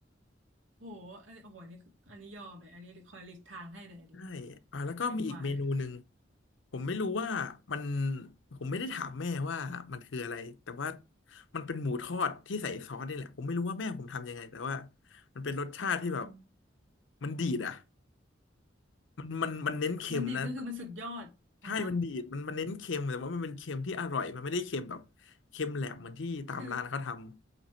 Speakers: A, on the right (about 85°); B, on the left (about 80°).
A: โอ้โหอันนี้โอ้โหอันนี้คืออันนี้ยอมเลยอันนี้คอยหลีกทางให้เลยอันนี้
B: ใช่ อ่าแล้วก็มีอีกเมนูหนึ่ง
A: แตงกวาเนี่ย
B: ผมไม่รู้ว่ามันผมไม่ได้ถามแม่ว่ามันคืออะไรแต่ว่ามันเป็นหมูทอดที่ใส่ซอสนี่แหละผมไม่รู้ว่าแม่ผมทำยังไงแต่ว่ามันเป็นรสชาติที่แบบ
A: อ่า
B: มันดีดอ่ะ มันมันมันเน้นเค็มนะ
A: มันดีดก็คือมันสุดยอดอ่า
B: ใช่มันดีดมันมันเน้นเค็มแต่ว่ามันเป็นเค็มที่อร่อยมันไม่ได้เค็มแบบเค็มแหลมเหมือนที่ตามร้านเขาทำ
A: คือ